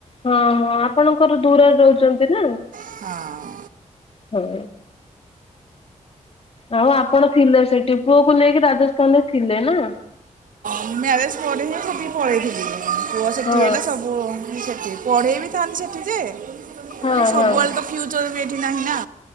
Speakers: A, on the left; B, on the right.
A: ହଁ ହଁ ଆପଣଙ୍କର ଦୂରରେ ରହୁଛନ୍ତି ନା।
B: ହଁ।
A: ହଁ। ଆଉ ଆପଣ ଥିଲେ ସେଠି ପୁଅ କୁ ନେଇକି ରାଜସ୍ଥାନ ରେ ଥିଲେ ନା।
B: ମ୍ୟାରେଜ୍ ପରେନି ହିଁ ସେଠିକି ପଳେଇଥିଲି ପୁଅ ସେଠି
A: ହଁ।
B: ହେଲା ସବୁ ସେଠି, ପଢେଇ ବି ଥାନ୍ତି ସେଠି ଯେ ମୁଁ
A: ହଁ
B: କହିଲି ସବୁଆଲେ
A: ହଁ
B: ତ ଫିଉ ଚର୍ ବି ଏଠି ନାହିଁ ନା।